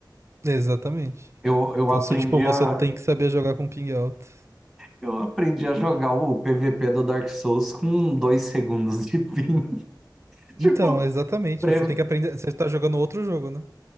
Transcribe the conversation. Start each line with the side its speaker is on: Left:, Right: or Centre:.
Right: Exatamente.
Centre: Eu, eu
Right: Então,
Centre: aprendi
Right: se tipo, você
Centre: a.
Right: tem que saber jogar com ping alto.
Centre: Eu aprendi a jogar o PVP do Dark Souls com dois segundos de ping. <laughs>
Right: Então,
Centre: Tipo,
Right: exatamente,
Centre: pre-
Right: você tem que aprender, você tá jogando outro jogo, né?